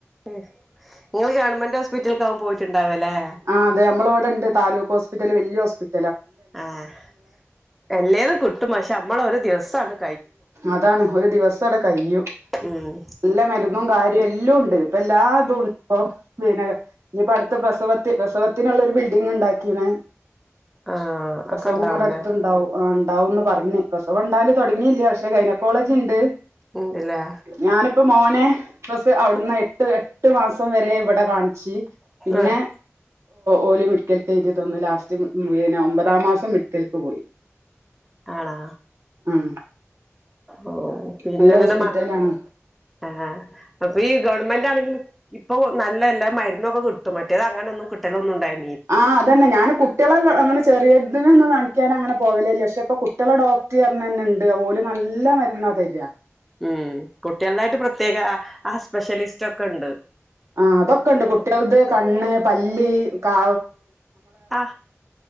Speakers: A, in the centre; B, on the right.
A: നിങ്ങങ്ങള് ഗവൺമെന്റ് ഹോസ്പിറ്റലക്കാവും പോയിട്ടു ണ്ടാവല്ലേ
B: ആ അതെ നമ്മളിവിടെ ഉണ്ട് താലൂക്ക് ഹോസ്പിറ്റൽ വല്യ ഹോസ്പിറ്റൽ
A: ആഹ് അല്ലേതും കിട്ടും പക്ഷേ നമ്മളൊര് ദിവസം ആണ്
B: അതാണ് ഒരു ദിവസടെ കയ്യും
A: ഉം
B: നല്ല മരുന്നും കാര്യം എല്ലുണ്ട് ഇപ്പല്ലാതുണ്ട്പ്പോ പിന്നെ ഞിപ്പോ അടുത്ത പ്രസവത്തി പ്രസവത്തിനുള്ളൊരു ബിൽഡിംഗ് ണ്ടാക്കീണ്
A: ആഹ്
B: പ്രസവം
A: ഒക്കെ ഉണ്ടാവൂലേ
B: ഇവടെടുത്തണ്ടാവും ആ ണ്ടാവുന്ന് പറഞ് പ്രസവണ്ടാവല് തൊടി ഞ്ഞില്ല പക്ഷെ ഗൈനക്കോളജിണ്ട്
A: ഉണ്ട്ല്ലേ
B: ഞാനിപ്പോ മോനെ ക്ക് അവിട്ന്നാ എട്ട് വേ എട്ട് മാസം വരെ ഇവടെ കാൺച്ച് പിന്നെ
A: ആഹ്
B: ഓല് മെടിക്കൽക്ക് എയ്തിതന്ന് ലാസ്റ്റ് ഒമ്പതാം മാസം മെഡിക്കലക്ക് പോയി
A: ആണാ
B: ഉം
A: ഓ പിന്നെന്ന്ട്ട്
B: നല്ല ഹോസ്പിറ്റലാണ്
A: മ <unintelligible> ഏ അപ്പീ ഗ ഗവൺമെന്റാണെങ്കിലും ഇപ്പൊ നല്ല എല്ലാ മരുന്നൊക്കെ കിട്ടും മ്മറ്റേത് അങ്ങനൊന്നും കിട്ടലൊന്നുണ്ടായിരുന്ന
B: ആ അതന്നെ ഞാൻ കുട്ടിളെ അങ്ങനെ. ചേ ചെറിയതിനൊന്നും കാണിക്കാൻ അങ്ങനെ പോവലേല്ല പക്ഷെ ഇപ്പൊ കുട്ടിളെ ഡോക്ട റഞ്ഞെന്നെണ്ട് ഓല് നല്ല മരുന്നാ തരാ
A: ഉം കുട്ടികളതായിട്ട് പ്രത്യേക ആ ആ സ്പെഷ്യലിസ്റ്റൊക്കെണ്ട്
B: ആ അതൊക്കെണ്ട് കുട്ട്യാൾത് കണ്ണ് പല്ല് കൗ
A: ആ